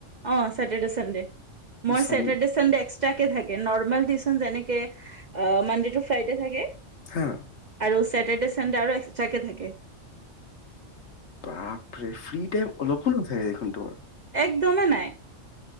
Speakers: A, on the right; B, on the left.
A: অ চেটাৰ্দে চাণ্ডে মই
B: চান
A: সেটাৰদে চাণ্ডে এস্কট্ৰাকে থকে নৰ্মেল টি <unintelligible> যেনেকে মানডে টু ফ্ৰাইডে থাকে
B: হা
A: আৰু চেটাৰ্ডে চানডে আৰু একসট্ৰাকে থাকে <unintelligible>
B: বাপৰে <unintelligible> ফ্ৰী টাইম অলপো নাথাকে দেখোন তোমাৰ
A: একদমেই নাই